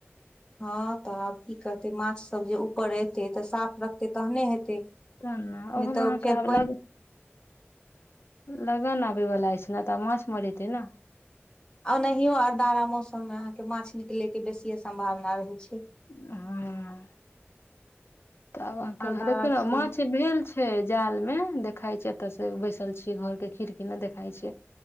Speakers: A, on the left; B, on the left.
A: हँ तऽ आब की करतै माछसभ जे ऊपर एतै तऽ साफ रखतै तखने हेतै।
B: त ओहो
A: नहि तऽ
B: मह
A: फेर
B: ख्यबला
A: पानि
B: लगन आबयवला अछि ने तऽ माछ मरेतै ने।
A: ओ ओनाहियो आओरदारा मौसम मे अहाँके माछ निकले के बेसीए सम्भावना रहैत छै।
B: हँ। तऽ आब अहाँके
A: अरदारा
B: वएह देखियौ ने
A: छियै
B: माछ भेल छै। छै जालमे देखाइ छै। एतयसे बैसल छियै घरके खिड़की लग देखाइ छै।